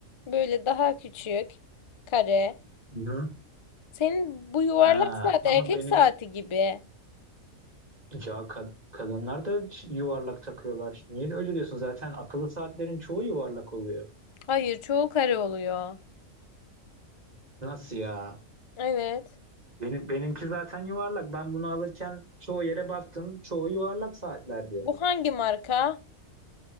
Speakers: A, on the left; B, on the right.
A: böyle daha küçük kare.
B: Hı.
A: Senin bu yuvarlak
B: Ha,
A: saat erkek
B: ama benim
A: saati gibi.
B: Ya ka- kadınlar da yuvarlak takıyorlar. Niye de öyle diyorsun? Zaten akıllı saatlerin çoğu yuvarlak oluyor.
A: Hayır çoğu kare oluyor.
B: Nasıl ya?
A: Evet.
B: Benim benimki zaten yuvarlak. Ben bunu alırken çoğu yere baktım. Çoğu yuvarlak saatlerdi.
A: Bu hangi marka?